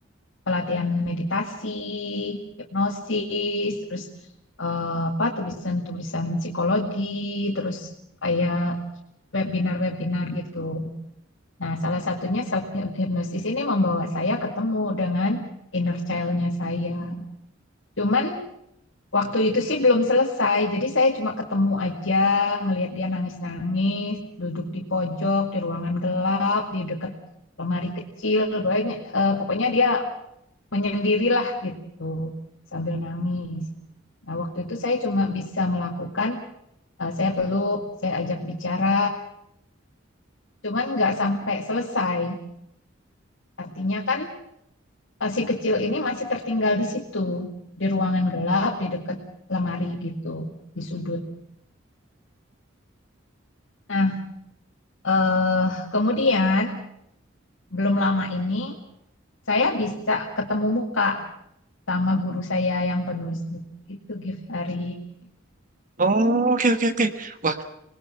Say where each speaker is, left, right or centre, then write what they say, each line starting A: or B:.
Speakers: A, on the left; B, on the right.
A: pelatihan meditasi, hipnosis, terus eh, apa tulisan-tulisan psikologi, terus kayak webinar-webinar gitu. Nah, salah satunya self hypnosis ini membawa saya ketemu dengan inner child-nya saya. Cuman waktu itu sih belum selesai, jadi saya cuma ketemu aja, ngelihat dia nangis-nangis, duduk di pojok, di ruangan gelap, di dekat lemari kecil, banyak, eh, pokoknya dia menyendirilah gitu sambil nangis. Nah, waktu itu saya cuma bisa melakukan, eh, saya peluk, saya ajak bicara, cuman nggak sampai selesai Artinya kan eh, si kecil ini masih tertinggal di situ, di ruangan gelap, di dekat lemari gitu, di sudut. Nah, eh, kemudian belum lama ini saya bisa ketemu muka sama guru saya yang penulis buku itu Gifari.
B: Oh, oke oke oke. Wah,